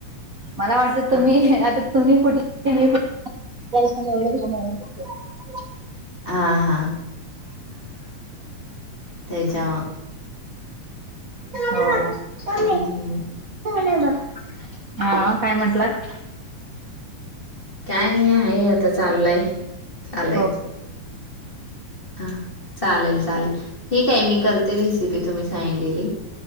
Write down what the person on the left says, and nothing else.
हा
हा हा तेच्या
हम्म
काय नाही आहे आता चाललंय. चालयच
हा. चालेल चालेल ठीक आहे मी करते रेसिपी तुम्ही सांगितलेली.